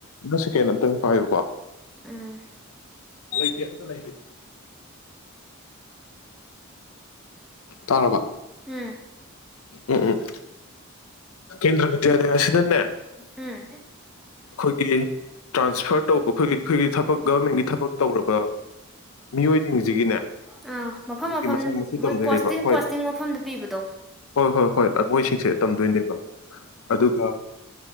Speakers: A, on the left; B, in the centre.
A: ꯁꯤ ꯀꯦꯅ ꯈꯤꯇꯪ ꯄꯥꯏꯕꯀꯣ
B: ꯑꯝ
A: ꯂꯇ ꯂꯩꯇ ꯇꯥꯔꯕ
B: ꯎꯝ
A: ꯎꯝ ꯎꯝ ꯀꯦꯟꯗ꯭ꯔꯕꯤꯗ꯭ꯌꯥꯂꯌꯥ ꯑꯁ ꯅꯅ ꯅ
B: ꯎꯝ
A: ꯑꯩꯈꯣꯏꯒꯤ ꯇ꯭ꯔꯥꯟꯁꯐꯔ ꯇꯧꯕ ꯑꯩꯈꯣꯏꯒꯤ ꯑꯩꯈꯣꯏꯒꯤ ꯊꯕꯛ ꯒꯔꯃꯦꯟꯒꯤ ꯊꯕꯛ ꯇꯧꯔꯕ ꯃꯤꯑꯣꯏꯁꯤꯡꯁꯤꯒꯤꯅꯦ
B: ꯑꯥ ꯃꯐꯝ
A: ꯃꯣꯏꯒꯤ
B: ꯃꯐꯝ
A: ꯃꯆꯥ ꯃꯁꯨ
B: ꯃꯣꯏ
A: ꯇꯝꯗꯣꯏꯅꯦꯕ
B: ꯄꯣꯁꯇꯤꯡ
A: ꯍꯣꯏ
B: ꯄꯣꯁꯇꯤꯡ ꯃꯐꯝꯗ ꯄꯤꯕꯗꯣ
A: ꯍꯣꯏ ꯍꯣꯏ ꯍꯣꯏ ꯃꯣꯏꯁꯤꯡꯁꯦ ꯇꯝꯗꯣꯏꯅꯦꯕ ꯑꯗꯨꯒ